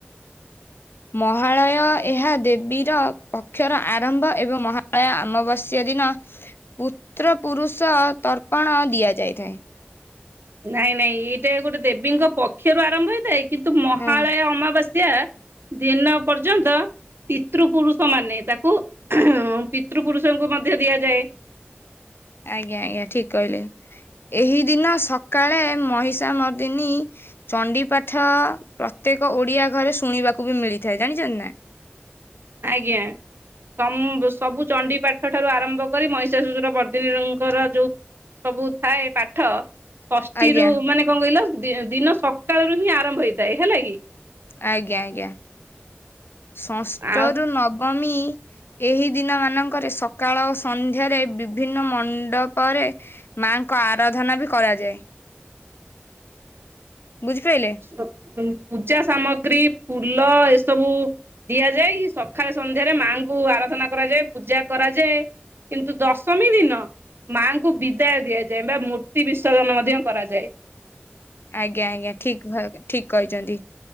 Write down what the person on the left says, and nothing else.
ମହାଳୟ ଏହା ଦେବୀର ପକ୍ଷର ଆରମ୍ଭ ଏବଂ ମହା ପ୍ରାୟ ଅମାବାସ୍ୟ ଦିନ ପତ୍ର ପୁରୁଷ ତର୍ପଣ ଦିଆଯାଇଥାଏ।
ହଁ
ଆଜ୍ଞା ଆଜ୍ଞା ଠିକ୍ କହିଲେ ଏହି ଦିନ ସକାଳେ ମହିଷା ମାର୍ଦିନୀ ଚଣ୍ଡିପାଠ ପ୍ରତ୍ୟେକ ଓଡିଆ ଘରେ ଶୁଣିବାକୁବି ମିଳିଥାଏ ଜାଣିଚନ୍ତିନା।
ଆଜ୍ଞା
ଆଜ୍ଞା ଆଜ୍ଞା ଷଷ୍ଠ
ରୁ ନବମୀ ଏହି ଦିନ ମାନଙ୍କରେ ସକାଳ ଓ ସନ୍ଧ୍ୟାରେ ବିଭିନ୍ନ ମଣ୍ଡପରେ ମାଆ ଙ୍କ ଆରାଧନା ବି କରାଯାଏ। ବୁଝିପାରିଲେ
ଆଜ୍ଞା ଆଜ୍ଞା ଠିକ ଧ ଠିକ କହିଛନ୍ତି।